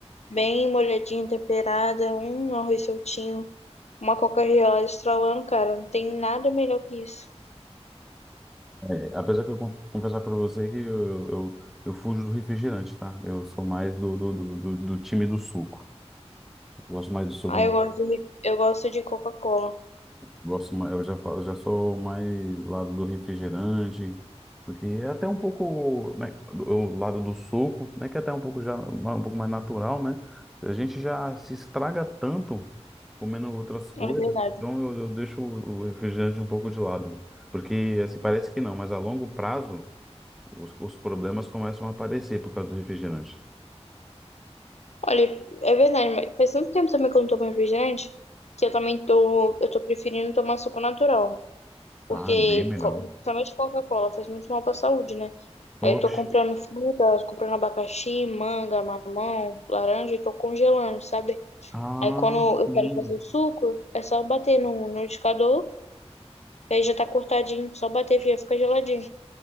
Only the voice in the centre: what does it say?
É, apesar que eu con- confessar para você que eu, eu, eu fujo do refrigerante, tá? Eu sou mais do, do, do, do do time do suco. Eu gosto mais do suco.
Gosto, ma- eu já, fa- eu já sou mais lado do refrigerante, porque é até um pouco, né, o lado do suco, né, que é até um pouco já um pouco mais natural, né? A gente já se estraga tanto comendo outras coisas,
então eu, eu deixo o refrigerante um pouco de lado, porque assim parece que não, mas a longo prazo os, os problemas começam a aparecer por causa do refrigerante.
Ah, bem melhor.
Oxe.
Ah,
sim.